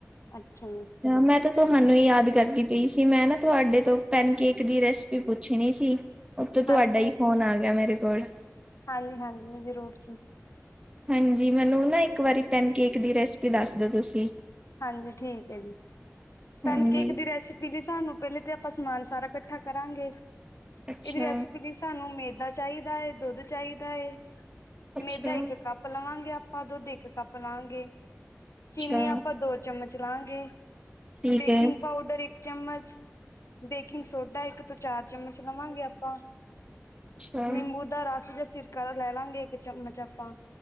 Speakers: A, on the left; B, on the right.
A: ਅੱਛਾ ਜੀ।
B: ਮੈਂ ਤਾਂ ਤੁਹਾਨੂੰ ਯਾਦ ਕਰਦੀ ਪਈ ਸੀ ਮੈਂ ਨਾ ਤੁਹਾਡੇ ਤੋਂ ਪੈਨਕੇਕ ਦੀ ਰੈਸਿਪੀ ਪੁੱਛਣੀ ਸੀ। ਉਤੋਂ ਤੁਹਾਡਾ
A: ਹਾਂਜੀ।
B: ਈ ਫ਼ੋਨ ਆ ਗਿਆ ਮੇਰੇ ਕੋਲ।
A: ਹਾਂਜੀ-ਹਾਂਜੀ ਜ਼ਰੂਰ ਜੀ।
B: ਹਾਂਜੀ ਮੈਨੂੰ ਨਾ ਇੱਕ ਵਾਰੀ ਪੈਨਕੇਕ ਦੀ ਰੈਸਪੀ ਦੱਸ ਦੋ ਤੁਸੀਂ।
A: ਹਾਂਜੀ ਠੀਕ ਐ ਜੀ, ਪੈਨਕੇਕ
B: ਹਾਂਜੀ
A: ਦੀ ਰੈਸਿ ਪੀ ਲੀ ਸਾਨੂੰ ਪੇਲੇ 'ਤੇ ਆਪਾਂ ਸਮਾਨ ਸਾਰਾ ਕੱਠਾ ਕਰਾਂਗੇ,
B: ਅੱਛਾ
A: ਏਦੀ ਰੈਸਿਪੀ ਲਈ ਸਾਨੂੰ ਮੇਦਾ ਚਾਈਦਾ ਏ, ਦੁੱਧ ਚਾਈਦਾ ਏ,
B: ਅੱਛਾ
A: ਮੇਦਾ ਇੱਕ ਕੱਪ ਲਵਾਂਗੇ, ਆਪਾਂ ਦੁੱਧ ਇੱਕ ਕੱਪ ਲਾਂਗੇ, ਚੀਨੀ
B: ਅੱਛਾ
A: ਆ ਦੋ ਚਮਚ ਲਾਂਗੇ,
B: ਠੀਕ
A: ਬੇਕਿੰਗ
B: ਹੈ
A: ਪਾਊਡਰ ਇੱ ਚਮਚ, ਬੇਕਿੰਗ ਸੋਡਾ ਇੱਕ ਤੋਂ ਚਾਰ ਚਮਚ ਲਵਾਂਗੇ ਆਪਾਂ
B: ਅੱਛਾ
A: ਨਿੰਬੂ ਦਾ ਰਸ ਜਾਂ ਸਿਰਕਾ ਦਾ ਲੈ ਲਾਂਗੇ ਇੱਕ ਚਮਚ ਆਪਾਂ।